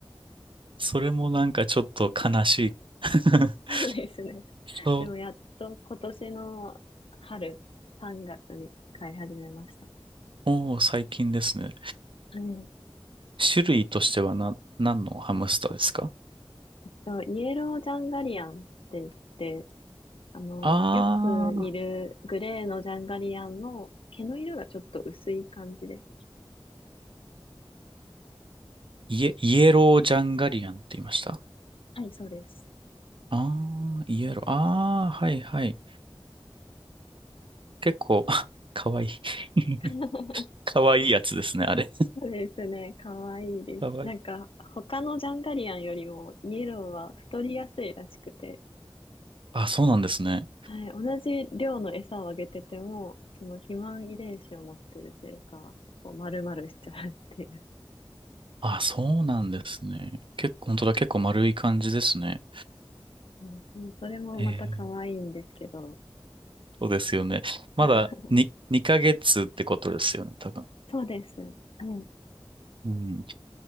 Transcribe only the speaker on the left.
そうですね。
でも、やっと今年の春、3月に飼い始めました。
はい
そうイエロージャンガリアンって言って、あの、
よくいるグレーのジャンガリアンの毛の色がちょっと薄い感じですね。
はい、そうです。
<laughs>
そうですね。かわいいです。
なんか、他のジャンガリアンよりもイエローは太りやすいらしくて、
はい、同じ量の餌をあげてても、その肥満遺伝子を持ってるせいか、こう丸々しちゃうっていう。
ねでもそれもまた可愛いんですけど。
<laughs>
そうです。はい。